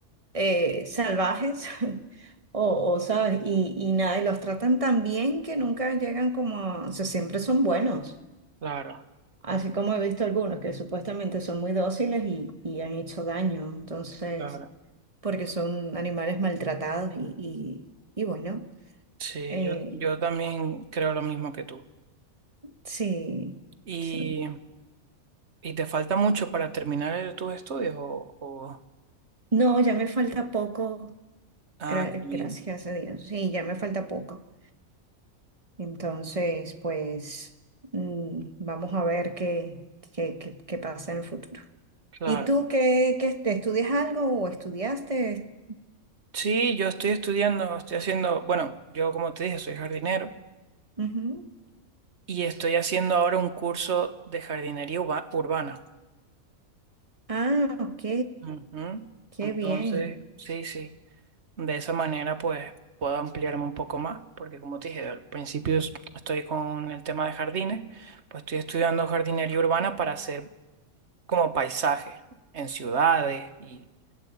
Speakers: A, on the right; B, on the right.
A: eh, salvajes <laughs> o, o, ¿sabes? Y, y nada, y los tratan tan bien que nunca llegan como, a- o sea, siempre son buenos.
B: Claro,
A: Así como he visto algunos que supuestamente son muy dóciles y, y han hecho daño. Entonces...
B: claro.
A: porque son animales maltratados y, y- y bueno,
B: Sí,
A: eh,
B: yo, yo también creo lo mismo que tú.
A: sí,
B: Y
A: sí.
B: ¿Y te falta mucho para terminar el- tus estudios? O, o-
A: No, ya me falta poco,
B: Ah,
A: gra-
B: qué bien,
A: gracias a Dios, sí, ya me falta poco. Entonces, pues mm, vamos a ver qué, qué, qué- qué pasa en el futuro.
B: claro.
A: ¿Y tú qué, qué te estudias algo o estudiaste?
B: Sí, yo estoy estudiando, estoy haciendo, bueno, yo como te dije, soy jardinero
A: Ujú.
B: y estoy haciendo ahora un curso de jardinería uba- urbana.
A: Ah, ok,
B: Ujú.
A: qué
B: Entonces,
A: bien,
B: sí, sí, de esa manera pues puedo ampliarme un poco más, porque como te dije, al principio es- estoy con el tema de jardines, pues estoy estudiando jardinería urbana para hacer como paisajes en ciudades y